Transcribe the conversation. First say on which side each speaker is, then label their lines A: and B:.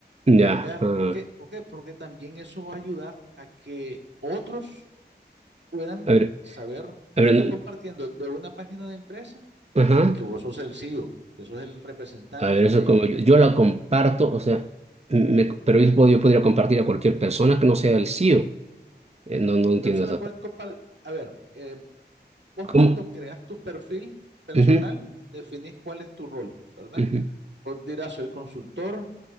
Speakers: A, on the right; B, on the right.
A: ya,
B: ¿ya?
A: ah,
B: ¿Por qué? ¿Por qué? Porque también eso va a ayudar a que otros puedan
A: a ver,
B: saber
A: a
B: que
A: ver,
B: estás compartiendo de una página de empresa
A: ajá,
B: y que vos sos el C E o que sos el representante
A: a ver,
B: de
A: eso como
B: ella.
A: yo, yo la comparto, o sea, me- pero yo, pod- yo podría compartir a cualquier persona que no sea el CEO. Eh, no, no entiendo
B: Entonces
A: esa
B: la puedes
A: parte.
B: comparar. A ver, eh, vos
A: ¿Cómo?
B: cuando creas tu perfil personal,
A: Ujú,
B: definís cuál es tu rol, ¿verdad?
A: ujú,
B: Vos dirás, soy consultor,